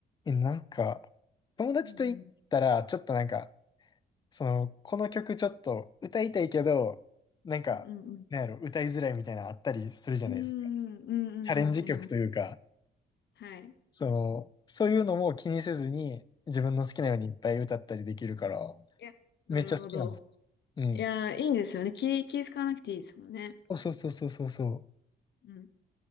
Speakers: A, on the left (about 20°); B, on the left (about 60°).
A: え、なんか、友達と行ったら、
B: うん。
A: ちょっとなんか、その、この曲ちょっと歌いたいけど、なんか、
B: うんうんうん。
A: なんやろ、歌いづらいみたいなのあったりするじゃないですか。
B: うんうんうんうん。
A: チャレンジ曲というか、
B: あります。はい。
A: その、そういうのも気にせずに、自分の好きなようにいっぱい歌ったりできるから、
B: あいや、なるほど。
A: めっちゃ好きなんですよ。うん。
B: いや、いいですよね。気、気使わなくていいですもんね。
A: そうそうそうそうそうそ
B: うん。